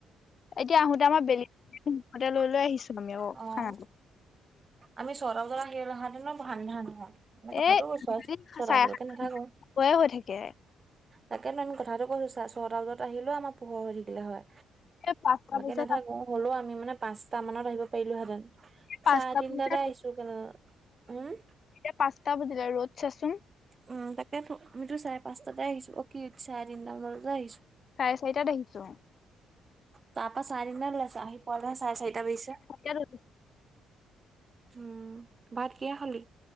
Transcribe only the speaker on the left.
এতিয়া আহোতে আমাৰ বেলি মুখতে
<unintelligible>
এ
চাৰে সাতশয়ে
হৈ থাকে
এই পাঁচটা বজা
পাঁচটা
বজাত
এতিয়া পাঁচটা বজিলে ৰ'দ চাচোন
চাৰে চাৰিটাত আহিছো।
তকেটো